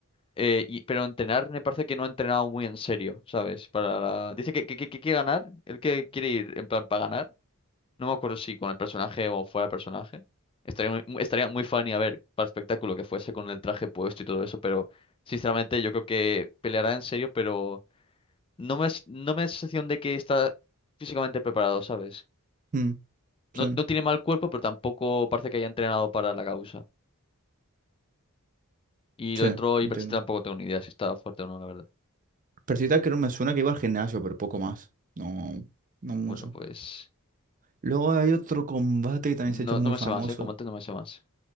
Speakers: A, on the left; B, on the right.
A: eh, y, pero entrenar me parece que no ha entrenado muy en serio, ¿sabes? Para la- Dice que, que, que, que quiere ganar. Él que quiere ir en plan para ganar. No me acuerdo si con el personaje o fuera del personaje. Estaría muy, mu- estaría muy funny a ver para el espectáculo que fuese con el traje puesto y todo eso, pero sinceramente yo creo que peleará en serio, pero no me, s- no me da sensación de que está físicamente preparado, ¿sabes?
B: Mm, sí,
A: No, no tiene mal cuerpo, pero tampoco parece que haya entrenado para la causa. Y
B: sí,
A: lo otro, y
B: entiendo.
A: Iberchita tampoco tengo ni idea si está fuerte o no, la verdad.
B: Persita creo me suena que iba al gimnasio, pero poco más. No, no mucho.
A: Bueno, pues
B: Luego hay otro combate que también se ha
A: no,
B: hecho muy
A: no me
B: famoso.
A: sé más, ¿eh? Como antes no me sé más.